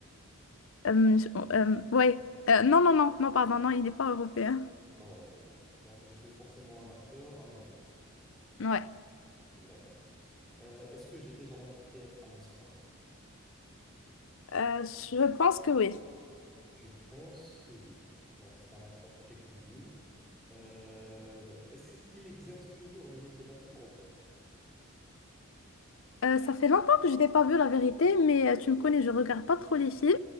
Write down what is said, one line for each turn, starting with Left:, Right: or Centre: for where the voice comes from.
Left: Euh, euh, ouais. Euh, non, non, non, non, pardon, non, il n'est pas européen.
Centre: pas européen. Donc, je suis forcément un acteur américain.
Left: Ouais.
Centre: D'accord. Euh, est-ce que j'ai déjà remporté un Oscar?
Left: Euh, je pense que oui.
Centre: Tu penses que oui. Donc, c'est un acteur très connu. Euh, est-ce qu'il exerce toujours le métier d'acteur ou pas?
Left: Euh, ça fait longtemps que je n'ai pas vu la vérité, mais euh, tu me connais, je regarde pas trop les films.